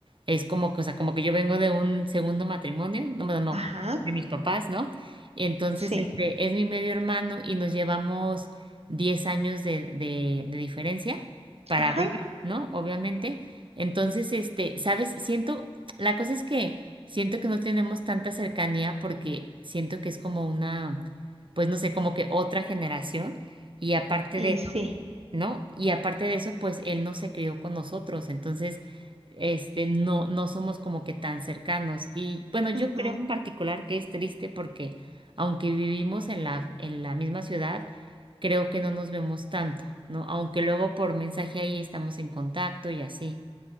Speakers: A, on the right; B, on the right.
A: Es como que, o sea, como que yo vengo de un segundo matrimonio, no, bueno, no,
B: ajá,
A: de mis papás, ¿no? Entonces,
B: sí,
A: este, es mi medio hermano y nos llevamos 10 años de, de, de diferencia para
B: ajá,
A: arriba, ¿no? Obviamente. Entonces, este, ¿sabes? Siento, la cosa es que siento que no tenemos tanta cercanía porque siento que es como una, pues no sé, como que otra generación. Y aparte
B: y sí.
A: ¿no? Y aparte de eso, pues él no se crió con nosotros, entonces, este, no, no somos como que tan cercanos. Y bueno, yo
B: ujú.
A: creo en particular que es triste porque aunque vivimos en la, en la misma ciudad, creo que no nos vemos tanto, ¿no? Aunque luego por mensaje ahí estamos en contacto y así,